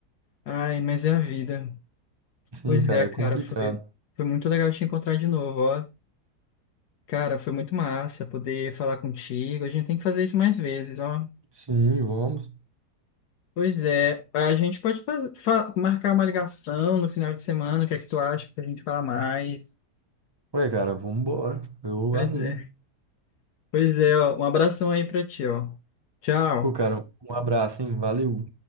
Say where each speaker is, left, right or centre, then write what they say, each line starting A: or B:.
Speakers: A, on the left; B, on the right.
A: Ai, mas é a vida.
B: Sim,
A: Pois
B: cara,
A: é, cara,
B: é complicado.
A: foi, foi muito legal te encontrar de novo, ó. Cara, foi muito massa poder falar contigo. A gente tem que fazer isso mais vezes, ó.
B: Sim, vamos.
A: Pois é, a gente pode faz- fa- marcar uma ligação no final de semana, o que é que tu acha pra gente falar mais?
B: Ué, cara, vamos embora. Eu
A: Pois
B: animo.
A: é. Pois é, ó, um abração aí pra ti, ó. Tchau.
B: Pô, cara, um abraço, hein? Valeu.